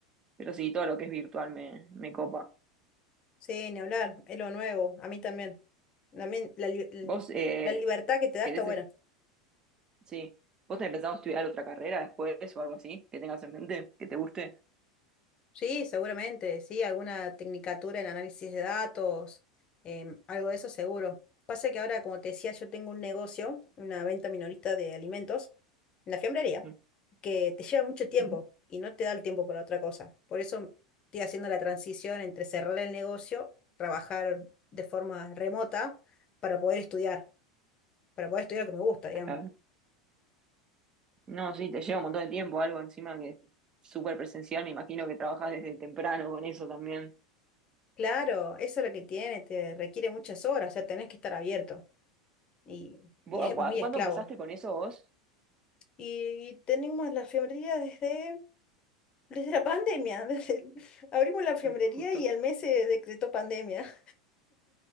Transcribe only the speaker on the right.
Pero sí, todo lo que es virtual me, me copa.
¿Vos eh,
querés
Sí. ¿Vos tenés pensado estudiar otra carrera después o algo así que tengas en mente, que te guste?
Mm,
mm,
Claro. No, sí, te lleva un montón de tiempo, algo encima que es súper presencial. Me imagino que trabajás desde temprano con eso también.
¿Vos, a
cua-
¿cuándo empezaste con eso vos?
Mm, Justo,